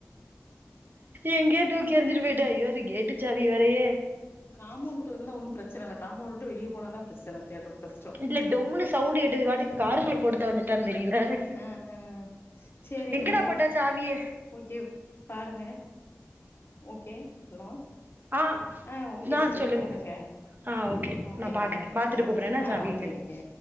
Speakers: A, on the right; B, on the left.
A: எங்கயோ தூக்கி எறிஞ்சிட்டு போயிட்டா ஐயோ அது கேட்டு சாவி வேறயே
B: காம்பவுண்ட் குள்ள இருந்தா ஒன்னு பிரச்சனை இல்ல காம்பவுண்ட விட்டு வெளிய போனாதா பிரச்சனை தேட்றது கஷ்டோ
A: இல்ல டொம்முன்னு சவுண்ட் கேட்டது இது வாட்டுக்கு காருக்குள்ள போட்டு தொலஞ்சுட்டான்னு தெரியல
B: ஆ ஆ சேரிங்க
A: எங்கடா
B: மேம் ஓகே
A: போட்டா சாவிய
B: ஓகே பாருங்க ஓகே ஹலோ
A: ஆ
B: ஆ ஓகே
A: நா
B: சிஸ்டர்
A: சொல்லுங்க
B: பாருங்க
A: ஆ
B: ஓகே
A: நா பாக்குறே
B: கால்
A: பாத்துட்டு
B: ஆ
A: கூப்புட்றே
B: சரி
A: என்ன
B: ஆஹ
A: சாவி
B: ஓகே
A: எங்கன்னு
B: ஓகே